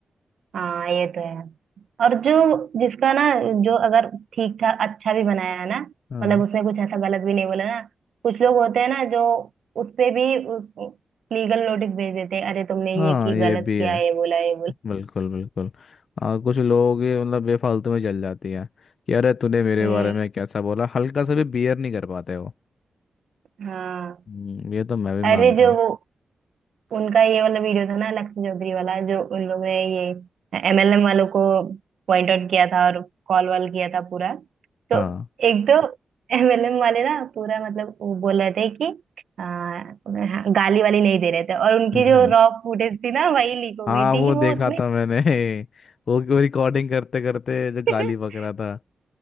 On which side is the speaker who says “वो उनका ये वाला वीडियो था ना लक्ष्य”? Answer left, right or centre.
Right